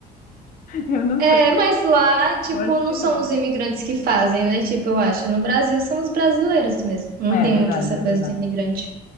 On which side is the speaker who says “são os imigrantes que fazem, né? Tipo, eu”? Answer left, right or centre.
Right